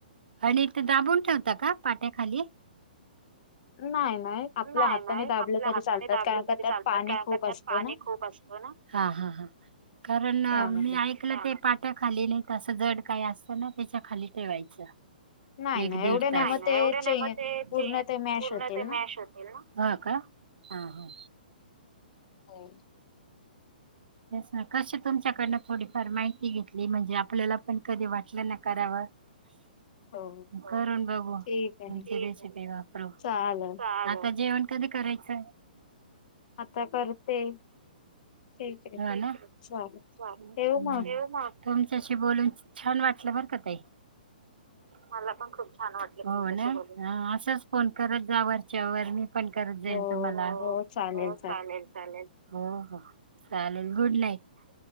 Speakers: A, on the right; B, on the left.
A: आणि ते दाबून ठेवता का पाट्याखाली?
B: नाही नाही आपल्या
A: नाय
B: हाताने
A: नाय
B: दाबले
A: आपल्या
B: तरी
A: हाताने
B: चालतात
A: दाबलं
B: कारण
A: तरी
B: का त्यात
A: चालतात
B: पाणी
A: कारण
B: खूप
A: का त्यात
B: असतो
A: पाणी
B: ना.
A: खूप अस तो ना हा हा हा कारण
B: त्यामध्ये
A: मी ऐकलं ते पाटा खाली नाई तस जड काई असत ना त्याच्या खाली ठेवायचं.
B: नाही
A: एक
B: नाही
A: दीड
B: एवढे नाही
A: तास
B: मग
A: नाय नाय
B: ते
A: एवढे नाही
B: चे
A: मग ते
B: पूर्ण
A: चे
B: ते मॅश
A: पूर्ण
B: होतील
A: ते मॅश
B: ना.
A: होतील ना हो का? हा ह.
B: हो
A: स ना कस तुमच्याकडन थोडीफार माहिती घेतली म्हणजे आपल्याला पण कधी वाटलं ना करावं
B: हो
A: करून बघू तुमची
B: ठीक आहे
A: रेसीपी वापरून
B: चालेल
A: आता जेवण कधी करायचंय
B: आता करते ठीक आहे.
A: हा नाव
B: चालेल ठेवू मग
A: मा तुमच्याशी बोलून छान वाटलं बरं का ताई मला पण खूप छान वाटत हो ना असंच फोन करत जावर त्या व मी पण करत जाईल
B: हो
A: तुमला
B: हो चालेल
A: चालेल चालेल हो चालेल गुड नाईट